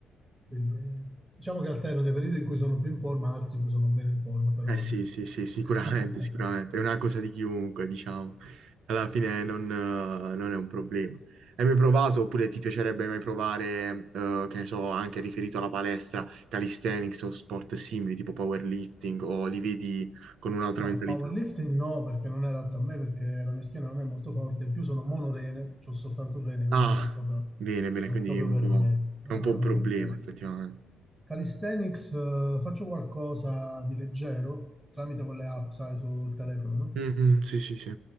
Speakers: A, on the right; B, on the right.
A: Quindi, diciamo che alterno dei periodi in cui sono più in forma, altri in cui sono meno in forma, però
B: Eh
A: vabbè.
B: sì, sì, sì, sicuramente,
A: <laughs>
B: sicuramente. È una cosa di chiunque, diciamo. Alla fine non, eh, non è un problema. Hai mai provato, oppure ti piacerebbe mai provare, eh, che ne so, anche riferito alla palestra, calisthenics o sport simili, tipo powerlifting, o li vedi con un'altra
A: No,
B: mentalità?
A: powerlifting no, perché non è adatto a me, perché la mia schiena non è molto forte, in più sono monorene, ho soltanto un rene, quindi
B: Ah,
A: non è proprio,
B: bene, bene,
A: non
B: quindi
A: è proprio
B: è un
A: per
B: po',
A: me,
B: è
A: non
B: un
A: è
B: po'
A: proprio
B: un problema,
A: per me.
B: effettivamente.
A: Calisthenics, eh, faccio qualcosa di leggero tramite quelle app, sai, sul telefono, no?
B: Mhm, sì, sì, sì.